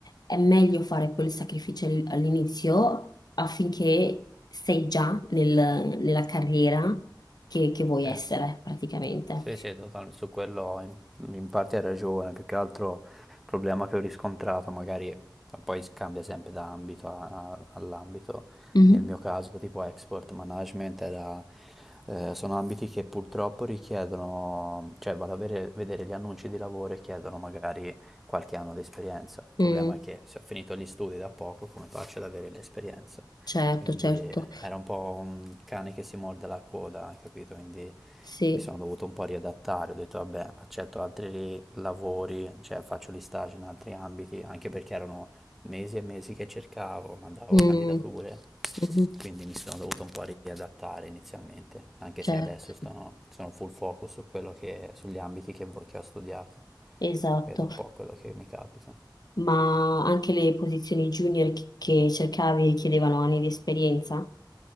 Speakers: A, on the left (about 60°); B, in the centre.
A: è meglio fare quel sacrificio all- all'inizio affinché sei già nel- nella carriera che, che vuoi
B: Sì.
A: essere praticamente.
B: Sì, sì, totalmente, su quello in, in parte hai ragione, più che altro il problema che ho riscontrato, magari poi cambia sempre da ambito a- a- all'ambito,
A: Mhm.
B: nel mio caso tipo export management era, eh, sono ambiti che purtroppo richiedono, cioè vado a vere- vedere gli annunci di lavoro e chiedono magari qualche anno di esperienza, il problema
A: Mm,
B: è che se ho finito gli studi da poco come faccio ad avere l'esperienza?
A: certo,
B: Quindi
A: certo,
B: era un po' un cane che si morde la coda, hai capito? Quindi
A: sì,
B: mi sono dovuto un po' riadattare, ho detto vabbè, accetto altri lavori, cioè faccio gli stage in altri ambiti, anche perché erano mesi e mesi che cercavo, mandavo
A: Mm,
B: candidature,
A: mhm,
B: quindi mi sono dovuto un po' riadattare inizialmente, anche
A: certo,
B: se adesso sono, sono full focus su quello che, sugli ambiti che, vo- che ho studiato,
A: esatto,
B: vedo un po' quello che mi capita.
A: ma anche le posizioni junior che, che cercavi chiedevano anni di esperienza?